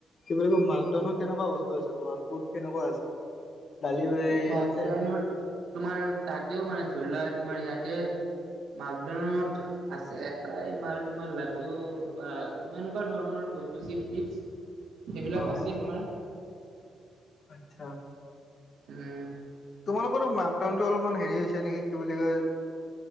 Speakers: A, on the left; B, on the right.
A: কি বুলি কওঁ মাকডাউনৰ কেনেকুৱা বস তু আছে তোমাৰ ক'ত কেনেকুৱা আছে? দালি
B: মাজদানত
A: আছে?
B: তোমাৰ তাতেও মানে ধৰি লোৱা তোমাৰ ইয়াতে মাকদউনত আছে প্ৰায় মাল তোমাৰ লাড্ডু বা কিবা এনেকুৱা ধৰণৰ বস্তু চিপ্চ তিপ্চ সেইবিলাক
A: অ
B: আছে তোমাৰ।
A: আচ্ছা
B: উম।
A: তোমালোকৰো মাকডাউনটো অলপমান হেৰি হৈছে নেকি কি বুলি কয়।